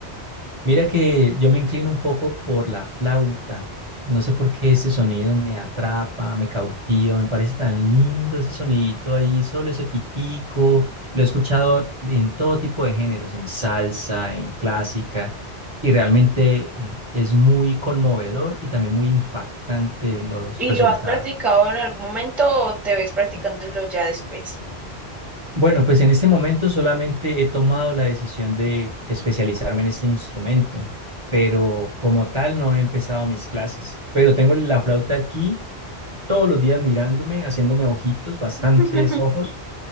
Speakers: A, on the right; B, in the centre.
A: mira que yo me inclino un poco por la flauta. No sé por qué ese sonido me atrapa, me cautiva, me parece tan lindo ese sonidito ahí, solo ese pitico. Lo he escuchado en todo tipo de géneros, en salsa, en clásica, y realmente eh, es muy conmovedor y también muy impactante los
B: ¿Y
A: resultados.
B: lo has practicado en algún momento o te ves practicándolo ya después?
A: Bueno, pues en este momento solamente he tomado la decisión de especializarme en este instrumento, pero como tal no he empezado mis clases. Pero tengo la flauta aquí todos los días mirándome, haciéndome ojitos, bastantes
B: <laughs>
A: ojos,